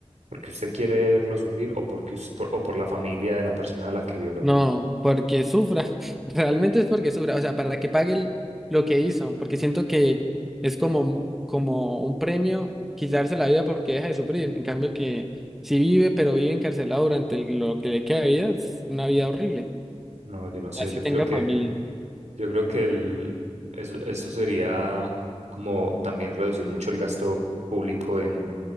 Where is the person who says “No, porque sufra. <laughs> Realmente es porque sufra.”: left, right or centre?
Centre